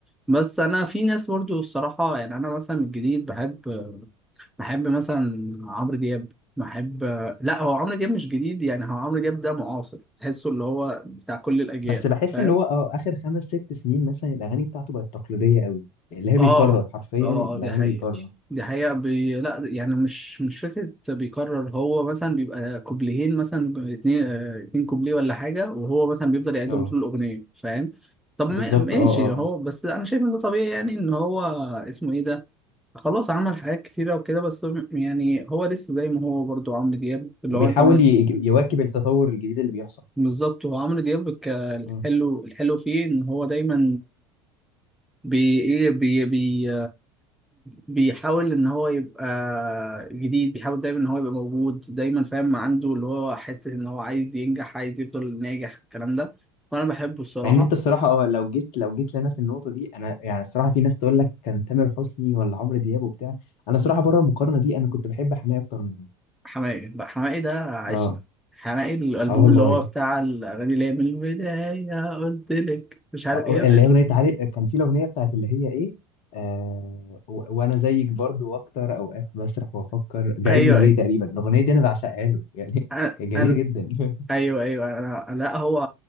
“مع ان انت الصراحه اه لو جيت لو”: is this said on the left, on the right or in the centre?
Left